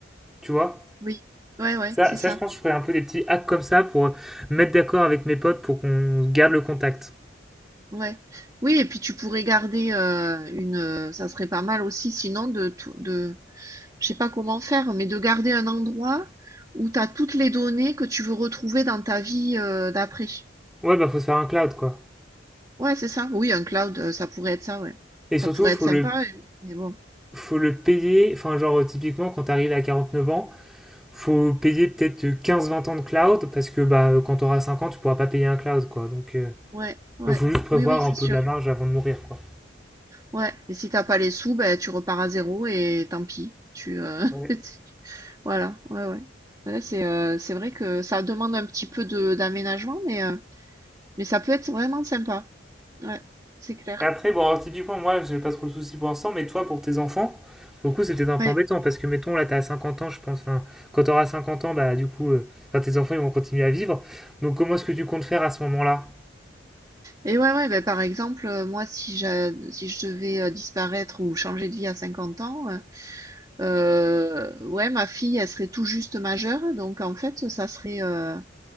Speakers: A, in the centre; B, on the right (about 20°).
A: tu vois.
B: oui. Ouais, ouais,
A: Ça,
B: c'est
A: ça,
B: ça.
A: je pense, que je ferais un peu des petits hacks comme ça pour euh, mettre d'accord avec mes potes pour qu'on garde le contact.
B: Ouais. Oui, et puis tu pourrais garder euh, une. euh, Ça serait pas mal aussi, sinon de tout, de. Je sais pas comment faire, mais de garder un endroit où tu as toutes les données que tu veux retrouver dans ta vie euh, d'après.
A: Ouais, bah, faut se faire un cloud, quoi.
B: Ouais, c'est ça. Oui, un cloud, euh, ça pourrait être ça, ouais.
A: Et surtout,
B: Ça pourrait
A: faut
B: être sympa,
A: le,
B: euh, mais bon.
A: faut le payer. Enfin, genre, euh, typiquement, quand t'arrives à 49 ans, faut payer peut-être quinze vingt ans de cloud parce que, bah, quand t'auras 5 ans, tu pourras pas payer un cloud, quoi. Donc, euh,
B: Ouais, ouais.
A: donc, faut juste prévoir
B: Oui, oui, c'est
A: un peu
B: sûr.
A: de la marge avant de mourir, quoi.
B: Ouais. Et si t'as pas les sous, ben tu repars à zéro et tant pis. Tu. euh,
A: Ouais.
B: <laughs> Voilà. Ouais, ouais. Ouais, c'est euh, c'est vrai que ça demande un petit peu de d'aménagement, mais. euh, Mais ça peut être vraiment sympa. Ouais, c'est clair.
A: Et après, bon, alors, typiquement, moi, j'ai pas trop le souci pour l'instant, mais toi, pour tes enfants, pour le coup, c'était un peu
B: Ouais.
A: embêtant parce que, mettons, là, t'as 50 ans, je pense. Enfin, quand t'auras 50 ans, bah, du coup, euh, enfin, tes enfants, ils vont continuer à vivre. Donc, comment est-ce que tu comptes faire à ce moment-là?
B: Et ouais, ouais, ben, par exemple, euh, moi, si j'a- si je devais euh, disparaître ou changer de vie à 50 ans, euh, euh, ouais, ma fille, elle serait tout juste majeure. Donc, en fait, ça serait, euh,